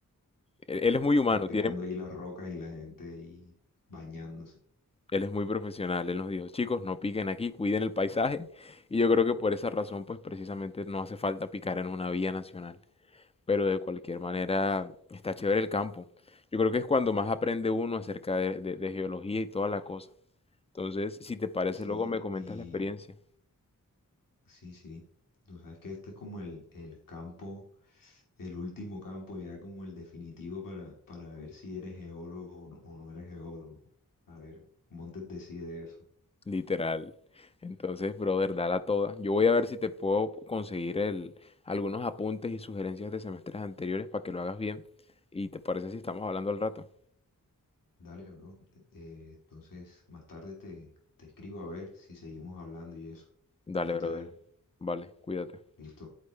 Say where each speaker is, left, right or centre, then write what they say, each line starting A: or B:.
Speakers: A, on the left; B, on the left.
A: Él, él es muy humano,
B: estábamos picando
A: tiene,
B: ahí las rocas y la gente ahí bañándose.
A: él es muy profesional. Él nos dijo, chicos, no piquen aquí, cuiden el paisaje. Y yo creo que por esa razón, pues precisamente no hace falta picar en una vía nacional. pero de cualquier manera
B: Sí,
A: está chévere el campo. Yo creo que es cuando más aprende uno acerca de, de- de geología y toda la cosa. Entonces, si te parece,
B: sí,
A: luego me comentas
B: y
A: la experiencia.
B: Sí, sí. Tú sabes que este es como el, el campo, el último campo, ya como el definitivo para, para ver si eres geólogo o no, o no eres geólogo. A ver, Montes decide eso.
A: Literal. Entonces, brother, dala toda. Yo voy a ver si te puedo conseguir el, algunos apuntes y sugerencias de semestres anteriores para que lo hagas bien. Y te parece si estamos hablando al rato.
B: Dale, bro. Eh, entonces, más tarde te, te escribo a ver si seguimos hablando y eso.
A: Dale,
B: Yo
A: brother.
B: te dejo.
A: Vale, cuídate.
B: Listo.